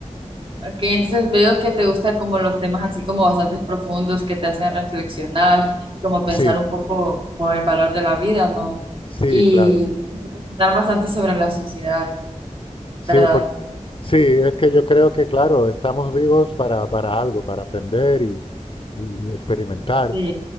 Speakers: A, on the right; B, on the left.
A: Ok, entonces veo que te gustan como los temas así como bastante profundos que te hacen reflexionar y como pensar
B: Sí,
A: un poco como el valor de la vida, ¿no?
B: sí,
A: Y
B: claro.
A: reflexionar bastante sobre la sociedad,
B: Sí,
A: ¿verdad?
B: por- sí, es que yo creo que, claro, estamos vivos para, para algo, para aprender y, y experimentar.
A: Sí,